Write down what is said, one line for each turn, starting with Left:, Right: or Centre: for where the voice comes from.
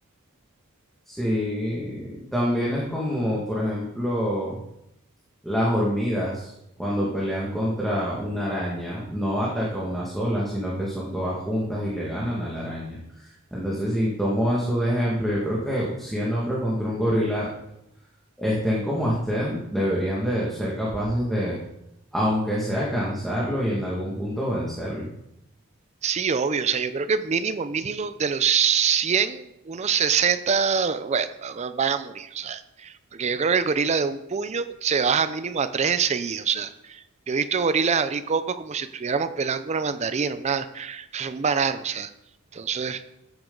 Centre: sí. También es como, por ejemplo, las hormigas, cuando pelean contra una araña, no ataca una sola, sino que son todas juntas y le ganan a la araña. Entonces, si tomo eso de ejemplo, yo creo que 100 hombres contra un gorila estén como estén, deberían de ser capaces de, aunque sea cansarlo y en algún punto vencerlo.
Right: Sí, obvio, o sea, yo creo que mínimo, mínimo de los 100, unos 60, bueno, va- van a morir, o sea, porque yo creo que el gorila de un puño se baja mínimo a tres enseguida, o sea, yo he visto gorilas abrir copos como si estuviéramos pelando una mandarina, una, <laughs> un banano, o sea, entonces,